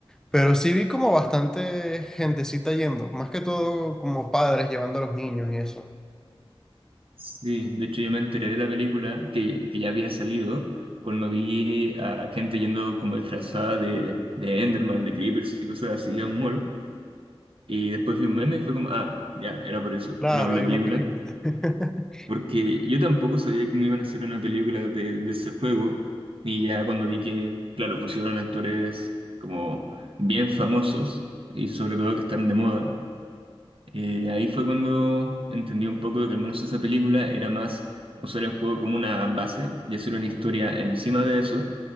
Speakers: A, in the centre; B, on the right.
A: pero sí vi como bastante gentecita yendo, más que todo como padres llevando a los niños y eso.
B: Sí, de hecho yo me enteré de la película que, que ya había salido cuando vi a gente yendo como disfrazada de, de Enderman, de Creepers y cosas así a un mall. Y después vi un meme y fue como, ah, ya, era por eso,
A: Claro,
B: era por la
A: hay
B: película.
A: una película. <laughs>
B: Porque yo tampoco sabía cómo iban a hacer una película de, de ese juego. Y ya cuando vi que, claro, pusieron actores como bien famosos y sobre todo que están de moda, eh, ahí fue cuando entendí un poco de que al menos esa película era más usar el juego como una base y hacer una historia encima de eso,